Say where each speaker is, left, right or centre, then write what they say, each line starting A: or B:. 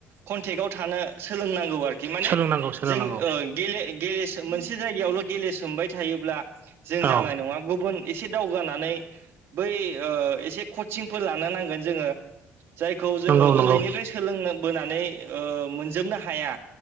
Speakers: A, on the right; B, on the right.
A: कन्टेक्टाव थानो सोलोंनांगौ आरो कि माने
B: सोलोंनांगौ सोलोंनांगौ
A: जों ओ गेले गेले सोम मोनसे जायगायावल' गेलेसोमबाय थायोब्ला जों
B: औ
A: जानाय नङा गुबुन एसे दावगानानै बै ओ एसे कचिंफोर लानो नांगोन जोङो जायखौ जोङो
B: नंगौ नंगौ
A: उन्दैनिफ्राय सोलों बोनानै मोनजोबनो हाया।